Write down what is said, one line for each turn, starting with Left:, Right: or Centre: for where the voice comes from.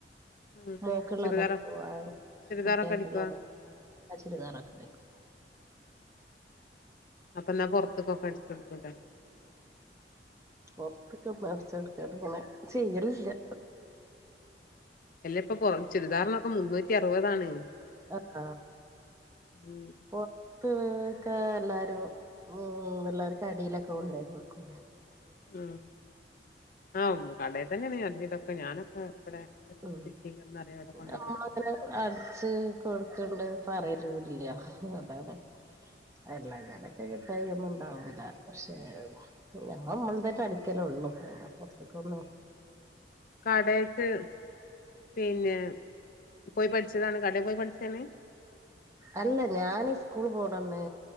Left: ഉം
Right: മോക്ക ഉള്ളതടിക്ക
Left: ചുരിദാറോ ചുരിദാറൊക്കെ
Right: കുട്ടികൊക്കെ
Left: അടിക്കോ
Right: ഉള്ളതട അ ചിരിദാറ കണക്ക
Left: അപ്പൊന്നാ പുൊറത്തക്കൊക്കെ അടിച്ചെടുത്തട
Right: ഒറത്തക്ക ഒ അടച്ച കൊടുക്കാ ഇങ്ങനെ ചെയ്യല
Left: എല്ല ഇപ്പൊറ ചുരിദാറിനൊക്കെ മുന്നൂറ്റി അറുപതാണ്
Right: ആഹ
Left: ഉം
Right: പോ ഒക്കെ എല്ലാരും ഉ എല്ലാവർക്കും അടിയിലൊക്കെ ഉണ്ടായി കൊടുക്കൂലേ
Left: ഉം ആഹ കടയിൽ തന്നെ നീ അതിീതൊക്കെ ഞാനൊക്കെ ഇവിടെ
Right: ഉ
Left: സിറ്റിന്നറിയാം അവിടെ കൊണ്ടോയി
Right: നമ്മങ്ങനെ
Left: കൊടുക്കല്
Right: അലച്ച് കൊടുക്കണ്ട് പറയലൂില്ല അതാണ് അല്ലാ നക്കെ കിട്ടയൊന്നും ഇണ്ടാവൂല പക്ഷേ നഞമ്മ നമ്മൾ തന്നെ അടരിക്കലേ ഉള്ളുപ്പൊറത്തേക്ക ഒന്നു
Left: കടക്ക് പിന്നെ പോയി പഠിച്ചതാണ് കടയിൽ പോയി പഠിച്ചതെ
Right: അല്ല ഞാന് സ്കൂള് പോണംന്നെ